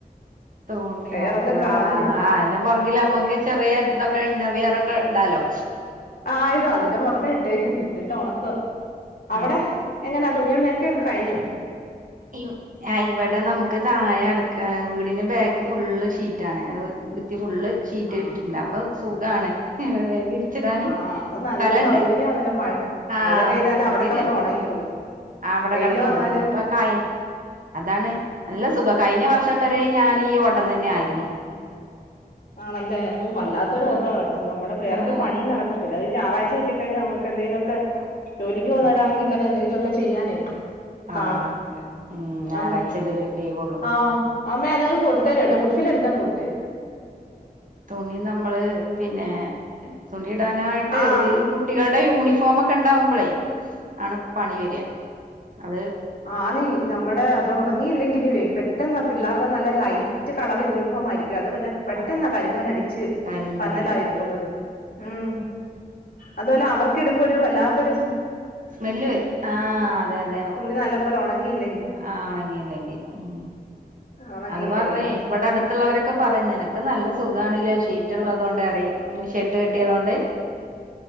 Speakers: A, on the right; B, on the left.
A: തുണി
B: വേറൊന്നും
A: മാത്രല്ലേ?
B: കാണാനില്ല
A: ആഹ് അയ് പുറകിൽ നമ്മക്ക് ചെറിയ ഇതൊക്കെ ഇന്നർ വിയറൊക്കെ ഇടാലോ?
B: ആഹ് യിടാം അതിന്റെ പുറത് ഇട്ടേക്കുന്നെ ഇട്ടിട്ട് ഉണക്കുക. അവിടെ
A: ആഹ്
B: എങ്ങനാ തുണിയുനക്കൽ ഒക്കെ കഴിഞ്ഞോ?
A: ഇം ആഹ് ഇവിടെ നമുക്ക് താഴെ അടക്ക വീടിന്റെ ബാക്ക് ഫുള്ള് ഷീറ്റ് ആണ്. ബി ത്തി ഫുള്ള്. ശീറ്റ്
B: ആഹ്
A: ഇട്ടിട്ടുണ്ട്, അപ്പൊ സുഖാണ് വിരിച്ചിടാന്
B: ആഹ് അപ്പൊ നല്ല
A: സ്ഥലണ്ട്.
B: സൗകര്യാണല്ലോ മഴ
A: ആഹ്
B: മഴ പെയ്താല്
A: സൗകര്യണ്ട്.
B: അവിടെ കിടന്ന് ഉണങ്ങിക്കോളും
A: അവിടെ
B: വെയില്
A: കെടന്
B: വന്നാലും
A: ഉണങ്ങും. നിപ്പ ക്കായി, അതാണ്. നല്ല സുഖം കഴിഞ്ഞ വർഷം വരെ ഞാൻ ഈ ഓട്ടം തന്നെ ആയിരുന്നു.
B: ആണല്ലേ? ഓ വല്ലാത്തൊരു
A: ആഹ്
B: ഓട്ടാ കേട്ടോ, നമ്മുടെ വേറൊരു
A: ആഹ്
B: പണി നടക്ക ത്തില്ല. അത് ഞായറാഴ് കിട്ടി കഴിഞ്ഞാ നമുക്ക് എന്തങ്കിലു മൊക്കെ ജോലിക്ക് പോകുന്ന
A: ആഹ്
B: വരാണെങ്കി തന്നെ എന്തെങ്കിലു ഒക്കെ ചെയ്യാനേ
A: ആഹ്
B: കാണും.
A: ഉം ഞായറാഴ്ചല്ലേ
B: ആഹ്
A: ഒരു ലീവൊള്ളു
B: ആഹ് അമ്മേ അതങ് കൊടുത്തേര് കേട്ടോ? ഉഡ്ഫിൽ എടുത്തങ് കൊടുത്തേര്.
A: തുണി നമ്മള് പിന്നെ, തുണി ഇടാനായിട്ട്
B: ആഹ്
A: ഈ കുട്ടി കുട്ടികളുടെ യൂണിഫോമൊക്കെ ഉണ്ടാവുമ്പോൾ ആണ് പണി വര. അത്
B: ആഹ്, നീ നമ്മുടെ അത് ഉണങ്ങിയില്ലെങ്കിലേ പെട്ടെന്ന് പിള്ളേരുടെ നല്ല ലൈറ്റ്- ലൈറ്റ് കളർ യൂണിഫോം ആയിരിക്കും അത് പിന്നെ പെട്ടെന്ന
A: ആ
B: കരിമ്പൻ അടിച്ച്
A: കരിമ്പന
B: പന്നലായി
A: അടിക്കും
B: പോകുന്നത്. ഉം അതുപോലെ അവർക് ഇടുമ്പോ, ഒരു വല്ലാത്തൊരു
A: സ്മെല്ല് വരും. ആഹ് അതെ, അതെ
B: തുണി നല്ല പോലെ ഉണങ്ങിയില്ലെങ്കിൽ.
A: ആഹ്, ഉണങ്ങി ലെങ്കി. ഉം,
B: ഉണങ്ങിയില്ലെങ്കി
A: അത് പറയും ഇവിടെ അടുത്തുള്ളവരൊക്കെ പറയും നിനക്ക നിനക്ക് നല്ല സുഖണ ല്ലേ? ഷീറ്റ് ഉള്ളത കൊണ്ട് പറയും ഷെഡ് കെട്ടിയതൊണ്ട്.